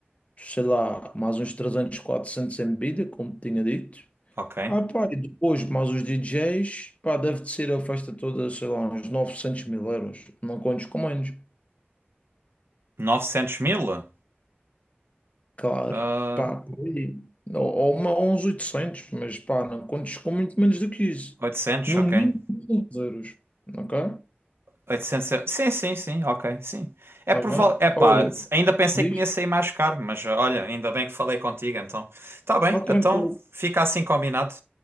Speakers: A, on the left; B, on the right.
A: sei lá, mais uns 300, 400 em bebida, como te tinha dito.
B: ok.
A: Ah, pá, e depois mais os DJs, pá, deve de ser a festa toda, sei lá, uns 900 mil euros. Não contes com menos.
B: novecentos mil?
A: Claro,
B: Ah,
A: pá, por aí. ou, ou uma- ou uns oitocentos mas pá, não contes com muito menos do que isso.
B: 800,
A: No
B: ok.
A: mínimo 500 euros, ok?
B: oitocentos euros. Sim, sim, sim, ok, sim. É
A: Está
B: provável.
A: bem?
B: É
A: Olha,
B: pá, ainda pensei
A: diz,
B: que me ia sair mais caro, mas ah, olha, ainda bem que falei contigo, então. Tá bem,
A: está tranquilo.
B: então fica assim combinado.